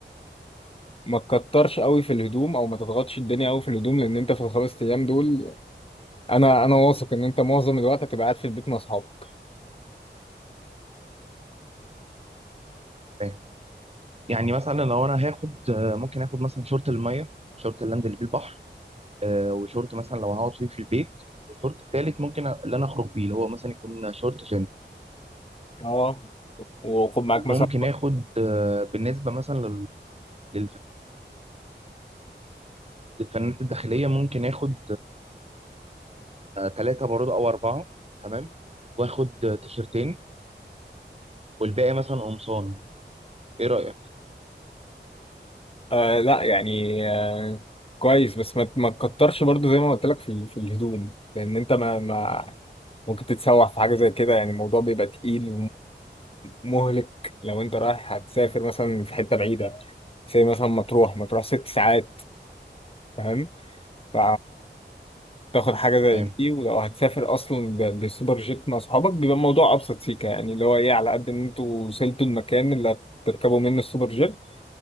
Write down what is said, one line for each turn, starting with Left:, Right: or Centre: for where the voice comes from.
Left: ما تكترش قوي في الهدوم او ما تضغطش الدنيا قوي في الهدوم لان انت في الخمس ايام دول انا انا واثق ان انت معظم الوقت هتبقى قاعد في البيت مع اصحابك
Right: تمام. يعني مثلا لو انا هاخد آه ممكن اخد مثلا شورت الميه شورت اللي انزل بيه البحر آه وشورت مثلا لو هقعد فيه في البيت والشورت التالت ممكن أ- اللي انا اخرج بيه اللي هو مثلا يكون شورت جينز
Left: اه وخد معاك
Right: ممكن
Left: مثلا
Right: اخد آه بالنسبه مثلا لل- الفنانات الداخلية ممكن آخد ثلاثة برضه أو أربعة تمام وآخد آه، تيشرتين والباقي مثلا قمصان إيه رأيك؟
Left: آه لا يعني آه كويس بس ما ما تكترش برضو زي ما قلت لك في في الهدوم لان انت ما ما ممكن تتسوح في حاجة زي كده يعني الموضوع بيبقى تقيل ومهلك لو انت رايح هتسافر مثلا في حتة بعيدة زي مثلا مطروح مطروح ست ساعات فاهم ف تاخد حاجة زي
Right: تمام
Left: دي ولو هتسافر أصلا ب- بسوبر جيت مع صحابك بيبقى الموضوع أبسط سيكة يعني اللي هو إيه على قد إن أنتوا وصلتوا المكان اللي هتركبوا منه السوبر جيت